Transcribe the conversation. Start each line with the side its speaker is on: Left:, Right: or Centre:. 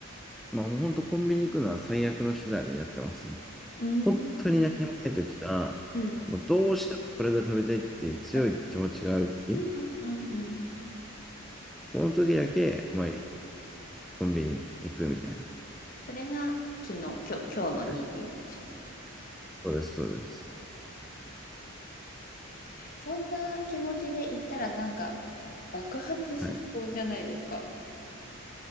Centre: まあ、もう本当コンビニ行くのは最悪の手段になってますね。
Left: うん。
Centre: 本当に何もない時か、
Left: うん。
Centre: もうどうしてもこれが食べたいっていう強い気持ちがある時、
Left: あ、うんうんうんうん
Centre: この時だけ、まあ、コンビニ行くみたいな。
Left: それが昨日、今日、今日の2時。
Centre: はい、そうです、そうです。
Left: そんな気持ちで行ったらなんか爆発しそうじゃないですか。
Centre: はい。